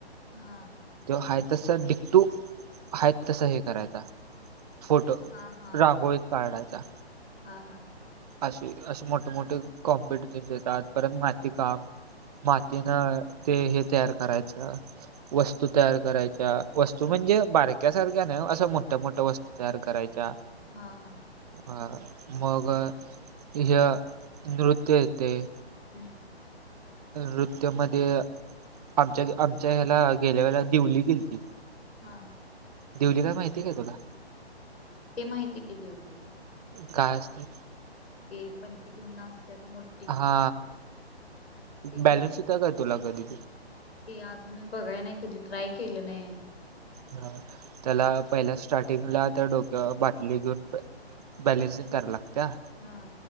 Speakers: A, on the left (about 65°); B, on the right (about 35°).
A: हां
B: त्यो आहे तसं डिकटू आहे तसं हे करायचा फोटो
A: हा हा
B: रांगोळीत काढायचा
A: हा हा
B: असं असे मोठे मोठे कॉम्पिटिशनस येतात परत माती काम मातीनं ते हे तयार करायचं वस्तू तयार करायच्या वस्तू
A: हा
B: म्हणजे बारक्यासारख्या नाही असं मोठ्या मोठ्या वस्तू तयार करायच्या
A: हां हां
B: अ मग ह्य नृत्य येतंय
A: हम्म
B: नृत्यमध्ये आमच्या आमच्या ह्याला गेल्या वेळेला दिवली केलती
A: हा
B: दिवली काय माहिती काय तुला
A: ते माहिती कि दिवली
B: काय असतं
A: ते पणती घेऊन नाचतात मोठ
B: हा
A: ते
B: बॅलन्स होतंय का तुला कधी
A: की अजून मी बघाय नाही कधी ट्राय केलं नाही
B: हा त्याला पहिल्या स्टार्टिंगला त्या डोक्यावर बाटली घेऊन बॅलन्स कराय लागत्या
A: हा